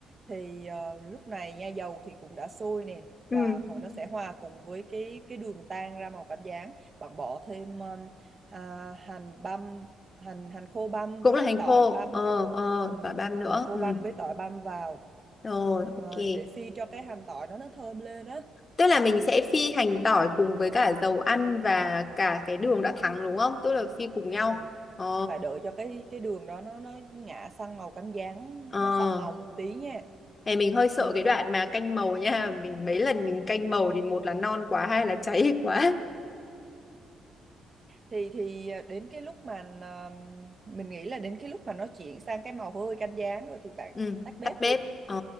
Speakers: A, on the right; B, on the left.
A: thì ờ, lúc này nha dầu thì cũng đã sôi nè và
B: ừ
A: họ nó sẽ hòa cùng với cái cái đường tan ra màu cánh gián bạn bỏ thêm um, à, hành băm hành hành khô băm
B: cũng
A: với
B: là hành
A: tỏi
B: khô
A: băm
B: ờ ờ
A: ừ,
B: và băm nữa
A: hành khô
B: ừ
A: băm với tỏi băm vào
B: rồi
A: ờ,
B: ok
A: để phi cho cái hành tỏi nó nó thơm lên á
B: Tức là mình sẽ phi hành tỏi cùng với cả dầu ăn và cả cái đường đã thắng đúng không? Tức là phi cùng
A: đúng
B: nhau.
A: rồi
B: Ờ,
A: phải đợi cho cái cái đường đó nó nó ngả sang màu cánh gián
B: ờ.
A: nó sậm màu một tí nha
B: Này mình hơi sợ
A: ok
B: cái đoạn mà canh màu nha. Mình mấy lần mình canh màu thì một là non quá, hai là cháy <laughs> quá.
A: thì thì à, đến cái lúc mà à, mình nghĩ là đến cái lúc mà nó chuyển sang cái màu hơi cánh gián rồi thì bạn
B: Ừ,
A: tắt bếp
B: tắt bếp.
A: đi
B: Ờ,